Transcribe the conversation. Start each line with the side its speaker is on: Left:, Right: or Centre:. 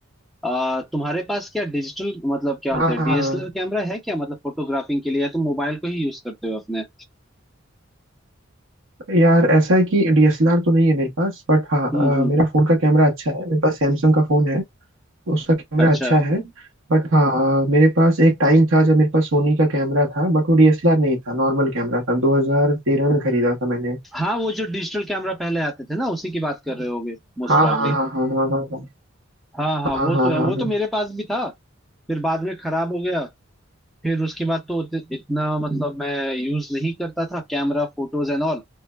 Centre: आ, तुम्हारे पास क्या डिजिटल मतलब क्या
Right: हाँ
Centre: बोलते हैं डीएसएलआर
Right: हाँ
Centre: कैमरा है क्या मतलब फोटोग्राफिंग के लिए या तुम मोबाइल को ही यूज करते हो अपने
Right: यार ऐसा है कि डीएसएलआर तो नहीं है मेरे पास बट हाँ
Centre: हम्म हम्म
Right: अ, मेरा फोन का कैमरा अच्छा है मेरे पास सैमसंग का फोन है उसका कैमरा
Centre: अच्छा
Right: अच्छा है बट हाँ अ, मेरे पास एक टाइम था जब मेरे पास सोनी का कैमरा था बट वो डीएसएलआर नहीं था नॉर्मल कैमरा था 2013 में खरीदा था मैंने
Centre: हाँ वो जो डिजिटल कैमरा पहले आते थे ना उसी की बात कर रहे होगे मोस्ट
Right: हाँ
Centre: प्रॉब्ली
Right: हाँ हाँ हाँ हाँ हाँ
Centre: हाँ हाँ
Right: हाँ
Centre: वो
Right: हाँ
Centre: तो है
Right: हाँ
Centre: वो तो मेरे पास भी था फिर बाद में खराब हो गया फिर उसके बाद तो उत- इतना मतलब मैं यूज नहीं करता था camera photos and all